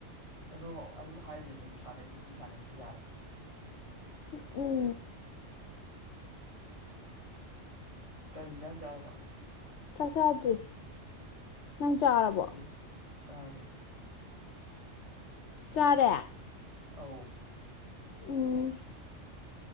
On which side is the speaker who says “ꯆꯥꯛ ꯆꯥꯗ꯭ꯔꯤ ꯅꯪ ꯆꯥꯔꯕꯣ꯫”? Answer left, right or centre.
Left